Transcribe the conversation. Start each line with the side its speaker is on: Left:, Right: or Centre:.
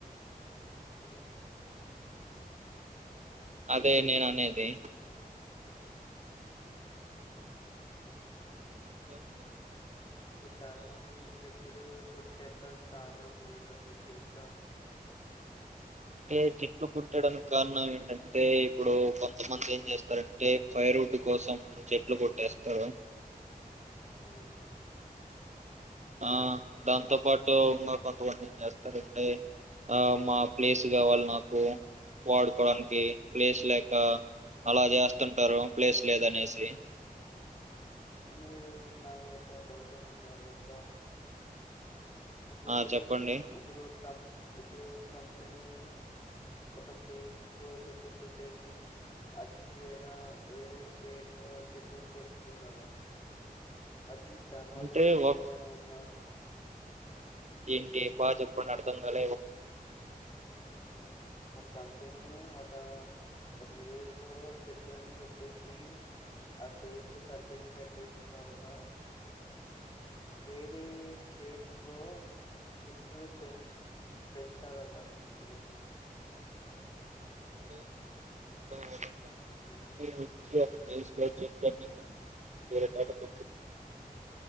Left: ఉం
Right: అదే నేను అనేది అందుకోసం మనం
Left: ఇపు చాలా మంది చెట్టులు తొట్టెత్త కాఅరం ఏంటో మీకు తెలుసా
Right: అంటే చెట్లు కొట్టడానికి కారణం ఏంటంటే ఇప్పుడు కొంతమంది ఏం చేస్తారంటే ఫైర్వుడ్ కోసం చెట్లు కొట్టేస్తారు
Left: మ్మ్.
Right: ఆ దాంతో పాటు ఇంగా కొంతమంది ఏం చేస్తారంటే ఆ మా ప్లేస్ కావాలి నాకు వాడుకోవడానికి ప్లేస్ లేక అలా చేస్తుంటారు ప్లేస్ లేదనేసి
Left: మీరు నాకు ఒక డౌట్ ఉంది మీరు అడగచ్చా ఇప్పుడు
Right: ఆ చెప్పండి
Left: ఇప్పుడు తం ఇప్పుడు తంపిని ఒత పేస్ చెట్టు తుట్టేసి అది వేరే వేరే షేట్ చెట్టు పెంచతున్నదా అది దాని వల్ల
Right: అంటే
Left: వివిజ
Right: ఒక
Left: ఏమైనా ఉన్నా
Right: ఏంటి బాగా చెప్పండి అడతం కల
Left: ఒక కంపిని ఆట ఒక విలేజ్ చెట్టులన్నీ కోట్టేసి ఆ ప్లేస్ కంపిని కట్టేసిన తర్వాత వేరే స్టేటరు చెట్టు పెం పెంచాల కదా చేట్టులు
Right: <unintelligible>
Left: హలో
Right: వెస్ట్ గా చెట్లని కొట్టేసి వేరే కాడ త